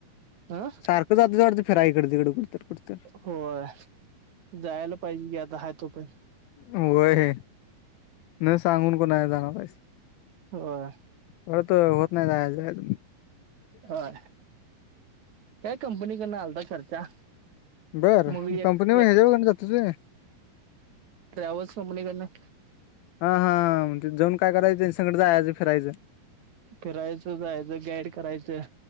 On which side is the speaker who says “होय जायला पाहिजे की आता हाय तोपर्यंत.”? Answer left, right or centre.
Right